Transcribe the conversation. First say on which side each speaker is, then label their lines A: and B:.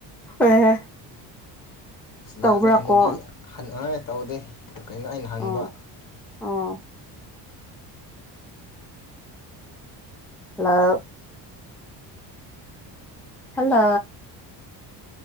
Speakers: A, in the centre; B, on the left (about 50°).
A: ꯑꯦ
B: ꯁꯅꯁꯥ
A: ꯇꯧꯕ꯭ꯔꯥ
B: ꯍꯅꯨꯕꯤ
A: ꯀꯣ
B: ꯍ <unintelligible> <unintelligible> ꯇꯧꯗꯦ ꯀꯩꯅꯣ ꯑꯩꯅ ꯍꯪꯕ
A: ꯑꯣ ꯑꯣ hello hello